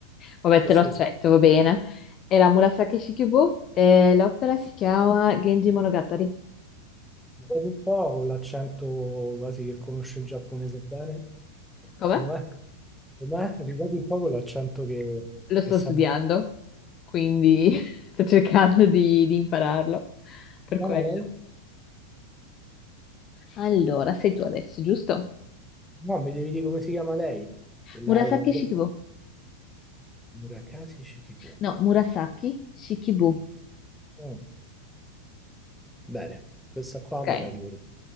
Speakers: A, on the left (about 30°); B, in the centre.
A: Vabbè,
B: Questo
A: te lo accetto,
B: sì.
A: va bene. Era Murasaki Shikibu e l'opera si chiama Genji Monogatari.
B: Vedi un po' con l'accento quasi che conosce il giapponese bene.
A: Come?
B: Com'è? Com'è? Ripeti un po' con l'accento che,
A: Lo sto
B: che sa.
A: studiando, quindi <laughs> sto cercando di di impararlo per
B: chiama
A: quello.
B: lei?
A: Allora, sei tu adesso, giusto?
B: No, mi devi dire come si chiama lei. E la,
A: Murasaki
B: la...
A: Shikibu.
B: Murakami Shikibu.
A: No, Murasaki Shikibu.
B: Mm. Bene, questa qua
A: Ok,
B: me la ricordo.